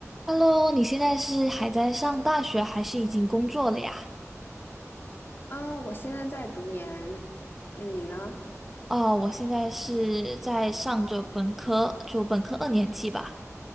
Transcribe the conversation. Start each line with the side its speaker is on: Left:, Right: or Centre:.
Centre: Hello，你现在是还在上大学，还是已经工作了呀？
Left: 啊，我现在在读研，你呢？
Centre: 哦，我现在是在上着本科，就本科二年级吧。